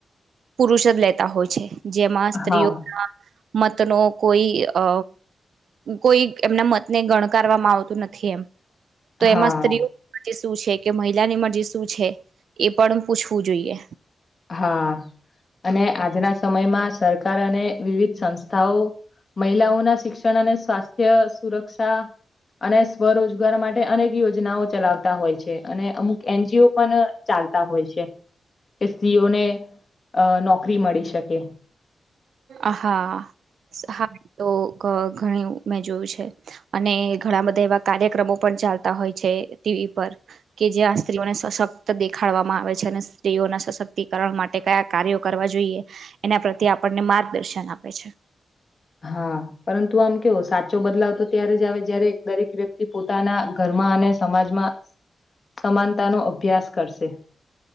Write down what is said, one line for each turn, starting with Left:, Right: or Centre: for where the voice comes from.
Right: પુરુષ જ લેતા હોય છે જેમાં સ્ત્રીઓમાં
Left: હા
Right: મત નો કોઈ અ કોઈ એમના મતને ગણકારવામાં આવતું નથ થી એમ તો
Left: હા
Right: એમાં સ્ત્રીઓ પચીસ શું છે કે મહિલાની મરજી શું છે એ પણ પૂછવું જોઈએ.
Left: હા અને આજના સમયમાં સરકાર અને વિવિધ સંસ્થાઓ મહિલાઓના શિક્ષણ અને સ્વાસ્થ્ય સુરક્ષા અને સ્વરોજગાર માટે અનેક યોજનાઓ ચલાવતા હોય છે અને અમુક એનજીઓ પન ચા સંસ્થા હોય છે કે સ્ત્રીઓને અ નોકરી મળી શકે.
Right: અ હા હા તો ક ઘણી મેં જોયું છે અને ઘણા બધા એવા કાર્યક્રમો પણ ચાલતા હોય છે તે કે પર કે જ્યાં સ્ત્રીઓને સશક્ત દેખાડવામાં આવે છે અને સ્ત્રીઓના સશક્તિકરણ માટે કયા કાર્યો કરવા જોઈએ એના પ્રત્યે આપણને માર્ગદર્શન આપે છે.
Left: હા પરંતુ આમ કેવો સાચો બદલાવ તો ત્યારે જ આવે જયારે દરેક વ્યક્તિ પોતાના ઘર માં અને સમાજમાં સમાનતા નો અભ્યાસ કરશે.